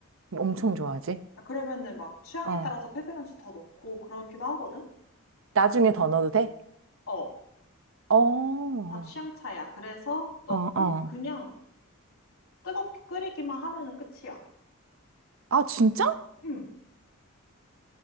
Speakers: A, on the right; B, on the left.
A: 엄청 좋아하지?
B: 아, 그러면은 막 취향에
A: 어.
B: 따라서 페페론치 더 넣고 그렇기도 하거든?
A: 나중에 더 넣어도 돼?
B: 어,
A: 어, 어,
B: 다 취향 차이야. 그래서 넣고
A: 어.
B: 그냥 뜨겁게 끓이기만 하면은 끝이야.
A: 아, 진짜?
B: 응.